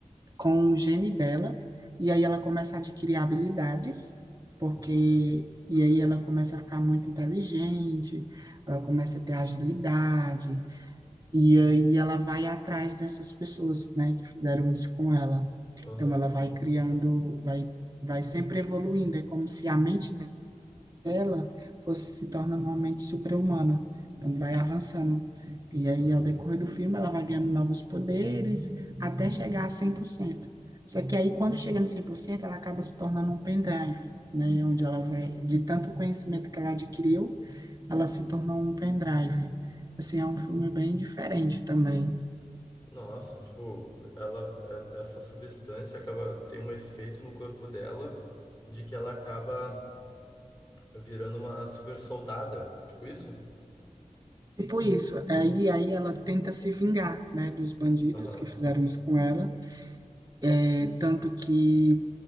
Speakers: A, on the right; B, on the left.
A: com o gene dela, e aí ela começa a adquirir habilidades, porque.
B: Nossa.
A: E aí ela começa a ficar muito inteligente, ela começa a ter agilidade, e aí ela vai atrás dessas pessoas, né, que fizeram isso com ela.
B: Aham.
A: Então ela vai criando, vai, vai sempre evoluindo, é como se a mente ela fosse se tornando uma mente super-humana. Então, vai avançando. E aí,
B: Aham.
A: ao decorrer do filme, ela vai ganhando novos poderes até chegar a cem por cento Só que aí, quando chega no cem por cento ela acaba se tornando um pendrive, né? Onde ela vai, de tanto conhecimento que ela adquiriu, ela se tornou um pendrive. Assim, é um filme bem diferente também.
B: Nossa, tipo, ela, e- essa substância acaba, tem um efeito no corpo dela de que ela acaba virando uma super soldada. Tipo isso?
A: Tipo isso, aí, aí ela tenta se vingar, né, dos bandidos
B: Aham.
A: que fizeram isso com ela, é, tanto que